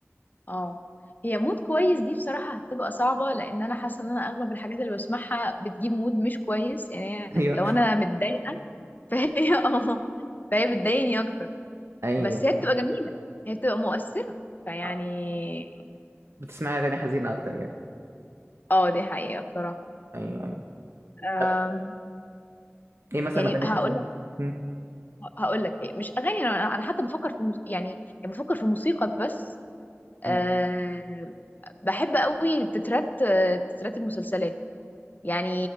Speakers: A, on the left; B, on the right.
A: اه هي مود كويس دي بصراحة هتبقى صعبة لان انا حاسة ان انا اغلب الحاجات اللي بسمعها بتجيب مود مش كويس يعني هي-
B: <laughs> ايوه
A: لو انا متضايقة <laughs> فهي اه فهي بتضايقني اكتر
B: ايوه
A: بس هي بتبقى جميلة هي بتبقى مؤثرة فيعني
B: آه، بتسمعي اغاني حزينه اكتر يعني
A: اه دي حقيقة بصراحة
B: ايوه ايوه
A: أم،
B: طب ايه مثلا
A: يعني
B: اغاني
A: هقول
B: حزينه مم،
A: هقول لك ايه مش اغاني انا انا حتى بفكر في مس... يعني يعني بفكر في موسيقى بس أه...
B: ايوه
A: بحب قوي تترات آه، تترات المسلسلات يعني